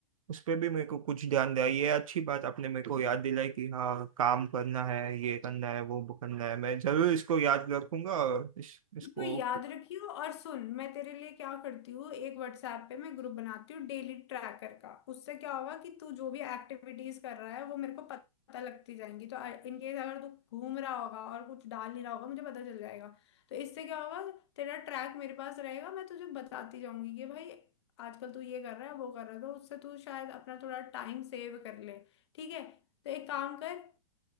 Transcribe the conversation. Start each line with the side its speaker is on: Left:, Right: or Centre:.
Right: उस पे भी मेरे को कुछ ध्यान दिया ये अच्छी बात आपने मेरे को याद दिलाई कि हाँ काम करना है ये करना है वो करना है मैं जरूर इसको याद रखूंगा और इस, इसको
Left: इसको याद रखियो और सुन मैं तेरे लिए क्या करती हूँ एक व्हाट्सएप पे मैं ग्रुप बनाती हूँ डेली ट्रैकर का उससे क्या होगा कि तू जो भी एक्टिविटीज कर रहा है वो मेरे को पता लगती जाएंगी तो इन केस अगर तू घूम रहा होगा और कुछ डाल नहीं रहा होगा मुझे पता चल जाएगा तो इससे क्या होगा तेरा ट्रैक मेरे पास रहेगा मैं तुझे बताती जाऊंगी कि भाई आजकल तू ये कर रहा है वो कर रहा है तो उससे तू शायद अपना थोड़ा टाइम सेव कर ले ठीक है तो एक काम कर